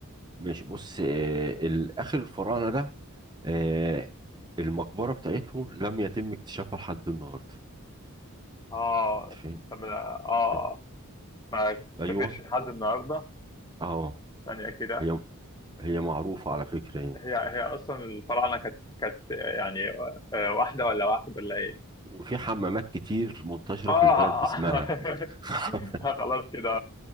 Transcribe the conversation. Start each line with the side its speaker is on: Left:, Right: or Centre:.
Right: ماشي بص آه، الآخر الفراعنة ده آه، المقبرة بتاعته لم يتم اكتشافها لحد النهاردة
Left: اه
Right: انت فاهم
Left: طب اه
Right: آه،
Left: ما
Right: ايوه
Left: شافتش لحد النهارده
Right: اه
Left: ثانية كده
Right: هي هي معروفة على فكرة يعني
Left: هي هي اصلا الفراعنة كانت كانت يعني آه، واحدة ولا واحد ولا ايه؟
Right: وفي حمامات كتير منتشرة
Left: اه
Right: في البلد باسمها <laughs>
Left: <laughs> خلاص كده